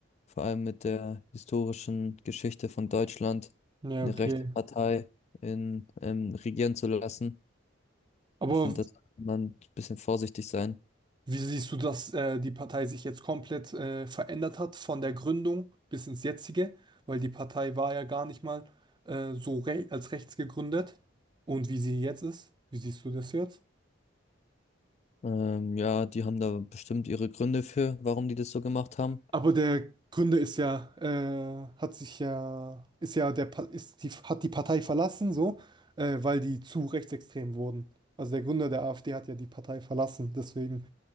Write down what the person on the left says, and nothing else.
vor allem mit der historischen Geschichte von Deutschland,
eine
rechte Partei in, ähm, regieren zu lassen.
Ich finde, da sollte man ein bisschen vorsichtig sein.
Ähm, ja, die haben da bestimmt ihre Gründe für, warum die das so gemacht haben.